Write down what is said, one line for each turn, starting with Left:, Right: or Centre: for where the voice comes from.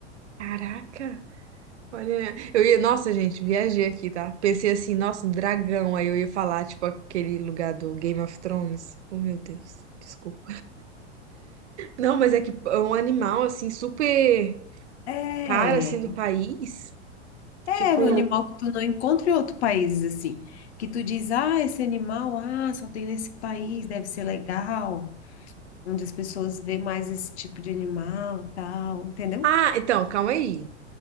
Right: Caraca. Olha, eu ia, nossa, gente, viajei aqui, tá? Pensei assim, nossa, um dragão. Aí eu ia falar, tipo, aquele lugar do Game of Thrones. Oh, meu Deus, desculpa. Não, mas é que é um animal, assim, super
Left: É,
Right: cara, assim, do país.
Left: é
Right: Tipo.
Left: um animal que tu não encontra em outros países assim. Que tu diz, ah, esse animal, ah, só tem nesse país, deve ser legal. Onde as pessoas vê mais esse tipo de animal, tal, entendeu?
Right: Ah, então, calma aí.